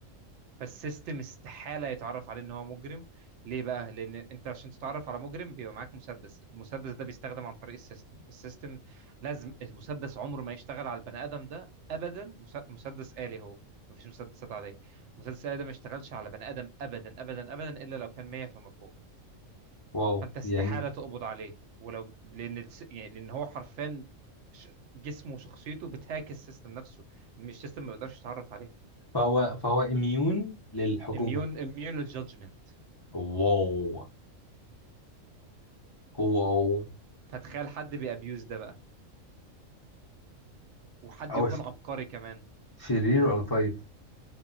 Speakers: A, on the right; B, on the left.
A: فالسيستم استحالة يتعرف عليه ان هو مجرم ليه بقى لان انت عشان تتعرف على مجرم بيبقى معاك مسدس المسدس ده بيستخدم عن طريق السيستم السيستم لازم المسدس عمره ما يشتغل على البني ادم ده ابدا مس- مسدس آلي هو مفيش مسدسات عادية مسدس آلي ده ما يشتغلش على بني ادم ابدا ابدا ابدا الا لو كان 100 فما فوق
B: واو
A: فانت استحالة
B: يعني
A: تقبض عليه ولو لان الس- يعني لان هو حرفيا ش- جسمه وشخصيته بتهاك السيستم نفسه مش السيستم ما بيقدرش يتعرف عليه
B: فهو فهو اميون للحكومة
A: اميون اميون للجادجمنت
B: واو واو
A: فتخيل حد بيأبيوز ده بقى وحد
B: هو
A: يكون
B: ش...
A: عبقري كمان
B: شرير ولا طيب